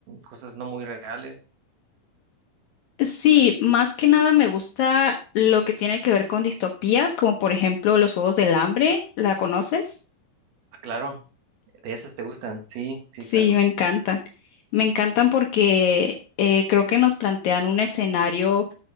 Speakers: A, on the right; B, on the left.
A: cosas no muy reales?
B: Sí, más que nada me gusta lo que tiene que ver con distopías, como por ejemplo los Juegos del Hambre. ¿La conoces?
A: Ah, claro, de esas te gustan. Sí, sí,
B: Sí,
A: claro.
B: me encantan. Me encantan porque eh, creo que nos plantean un escenario